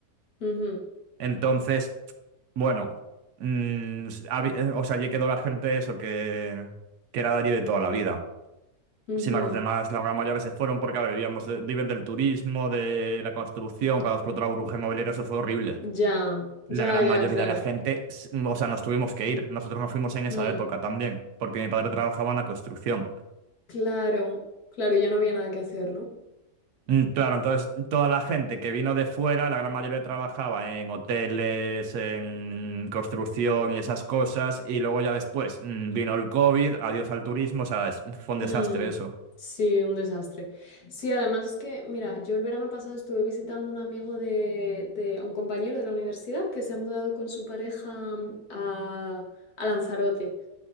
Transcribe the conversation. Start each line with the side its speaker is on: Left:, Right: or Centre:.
Left: Ujú,
Right: Entonces, bueno, mm, habi- eh, o sea, allí quedó la gente eso que, que era de allí de toda la vida.
Left: ujú.
Right: Sin embargo, los demás, la gran mayoría se fueron porque, a ver, vivíamos, de- viven del turismo, de la construcción, cuando explotó la burbuja inmobiliaria, eso fue horrible.
Left: Ya,
Right: la
Left: ya,
Right: gran
Left: ya,
Right: mayoría
Left: claro.
Right: de la gente, s- o sea, nos tuvimos que ir. Nosotros nos fuimos en esa
Left: Mm,
Right: época también, porque mi padre trabajaba en la construcción.
Left: Claro, claro, ya no había nada que hacer, ¿no?
Right: Mm, Claro, entonces toda la gente que vino de fuera, la gran mayoría trabajaba en hoteles, en construcción y esas cosas, y luego ya después mm, vino el COVID, adiós al turismo, o sea, es- fue un desastre
Left: Mm,
Right: eso.
Left: sí, un desastre. Sí, además es que, mira, yo el verano pasado estuve visitando un amigo de, de- un compañero de la universidad que se ha mudado con su pareja mm, a, a Lanzarote.